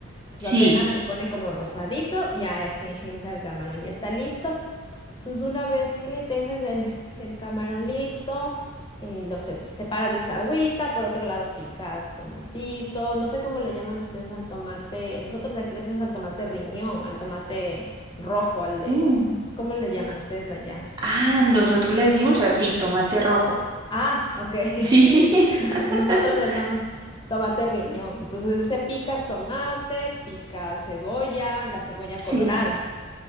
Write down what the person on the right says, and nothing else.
Sí.
Mm.
Ah, nosotros le decimos así, tomate rojo.
Sí,
<laughs>
sí.